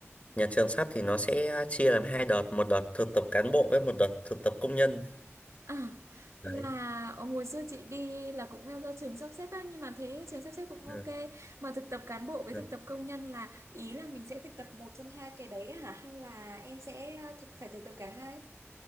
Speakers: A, on the left (about 30°); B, on the right (about 80°).
A: nhà trường sắp thì nó sẽ chia làm hai đợt, một đợt thực tập cán bộ với một đợt thực tập công nhân.
B: À,
A: Đấy.
B: là ở hồi xưa chị đi là cũng do trường sắp xếp á nhưng mà thấy trường sắp xếp cũng ok
A: Ừ.
B: mà thực tập cán bộ với
A: ừ.
B: thực tập công nhân là ý là mình sẽ thực tập một trong hai cái đấy hả hay là em sẽ ờ, thực phải thực tập cả hai